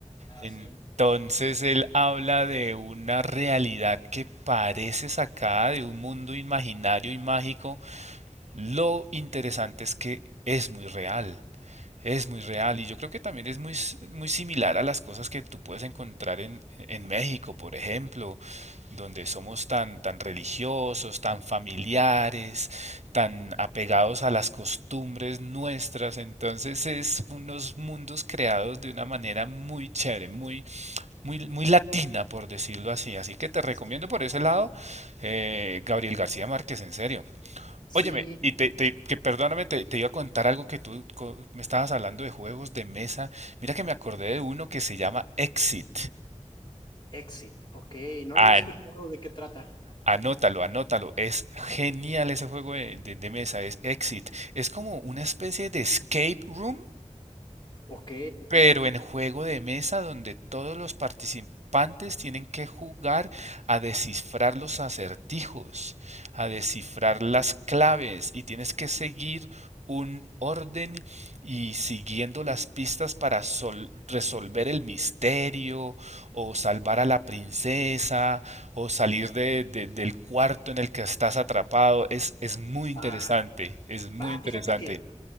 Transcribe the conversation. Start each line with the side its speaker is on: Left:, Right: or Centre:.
Left: Ah,
Right: Entonces
Left: sí.
Right: él habla de una realidad que parece sacada de un mundo imaginario y mágico. Lo interesante es que es muy real. Es muy real y yo creo que también es muy, s- muy similar a las cosas que tú puedes encontrar en, en México, por ejemplo, donde somos tan, tan religiosos, tan familiares, tan apegados a las costumbres nuestras. Entonces es unos mundos creados de una manera muy chévere, muy, muy, muy latina, por decirlo así. Así que te recomiendo
Left: Sí.
Right: por ese lado, eh, Gabriel García Márquez, en serio.
Left: Sí,
Right: Óyeme, y te, te- que perdóname, te, te iba a contar algo que tú co- me estabas hablando de juegos de mesa. Mira que me acordé de uno que se llama Exit.
Left: Exit, ok, no lo
Right: An-
Left: había escuchado de qué trata.
Right: anótalo, anótalo. Es genial ese juego de, de- de mesa, es Exit. Es como una especie de escape room,
Left: Ok,
Right: Pero en juego de mesa donde todos los participantes tienen que jugar a descifrar los acertijos, a descifrar las claves y tienes que seguir un orden y siguiendo las pistas para sol- resolver el misterio o salvar a la princesa o salir de- de- del cuarto en el que estás atrapado. Es, es muy
Left: va,
Right: interesante, es muy
Left: va,
Right: interesante.
Left: fíjate que,